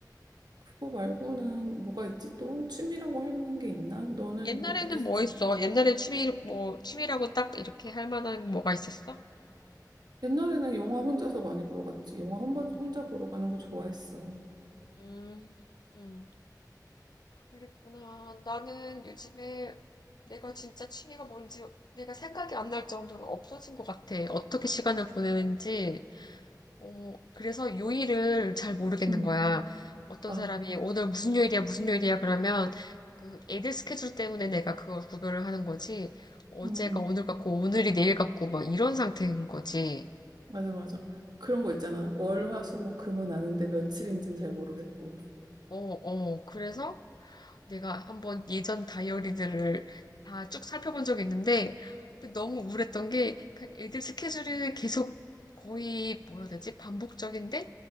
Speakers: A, on the right; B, on the left.
A: 그거 말고는 뭐가 있지? 또 취미라고 할 만한 게 있나? 너는
B: 옛날에는
A: 어떻게 했지?
B: 뭐 했어? 옛날에 취미, 뭐, 취미라고 딱 이렇게 할 만한 뭐가 있었어?
A: 옛날에는 영화 혼자서 많이 보러 갔지. 영화 혼자, 혼자 보러 가는 거 좋아했어.
B: 음, 음. 그랬구나. 나는 요즘에 내가 진짜 취미가 뭔지 내가 생각이 안 날 정도로 없어진 것 같아. 어떻게 시간을 보내는지. 어, 그래서 요일을 잘 모르겠는
A: 응,
B: 거야. 어떤
A: 아,
B: 사람이 오늘 무슨 요일이야, 무슨 요일이야 그러면 그 애들 스케줄 때문에 내가 그걸 구별을 하는 거지. 어제가
A: 응, 응.
B: 오늘 같고 오늘이 내일 같고 막 이런 상태인 거지.
A: 맞아, 맞아. 그런 거 있잖아. 월, 화, 수, 목, 금은 아는데 며칠인지는 잘 모르겠고.
B: 어, 어. 그래서 내가 한번 예전 다이어리들을 다 쭉 살펴본 적이 있는데 그 너무 우울했던 게 그 애들 스케줄이 계속 거의 뭐라 해야 되지? 반복적인데